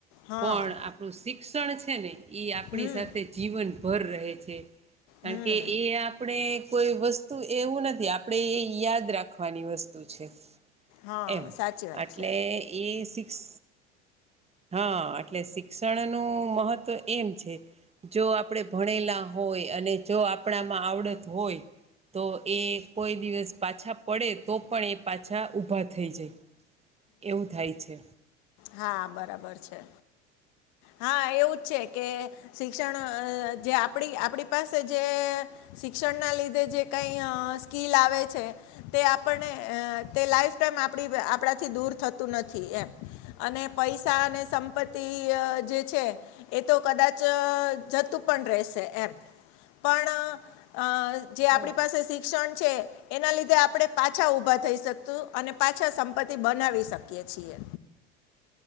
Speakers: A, on the left; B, on the right.
A: હા
B: પણ આપણું શિક્ષણ છે ને ઈ આપણી
A: હમ
B: સાથે જીવન ભર રહે છે કારણ
A: હમ
B: કે એ આપ પાડે કોઈ વસ્તુ એવું નથી આપડે એ યાદ રાખવાની વસ્તુ છે.
A: હા
B: એમ
A: સાચી વાત
B: આટલે
A: છે
B: એ સિક્સ હા આટલે શિક્ષણનું મહત્ત્વ એમ છે જો આપડે ભણેલા હોય અને જો આપડા માં આવડત હોય તો એ કોઈ દિવસ પાછા પડે તો પણ એ પાછા ઊભા થઈ જાય. એવું થાય છે.
A: હા, બરાબર છે. હા એવું જ છે કે શિક્ષણ અહ જે આપડી આપડી પાસે જે શિક્ષણ ના લીધે જે કઈ અહ સ્કીલ આવે છે તે આપણને એ તે લાઈફ તેમ આપડી આપડા થી દૂર થતું નથી એમ. અને પૈસા અને સંપત્તિ અહ જે છે એ તો કદાચ અહ જતું પણ રહેશે એમ. પણ અહ અહ જે
B: હા
A: આપડી પાસે શિક્ષણ છે એના લીધે આપડે પાછા ઊભા થઈ શકતું અને પાછા સંપત્તિ બનાવી શકીયએ છીએ.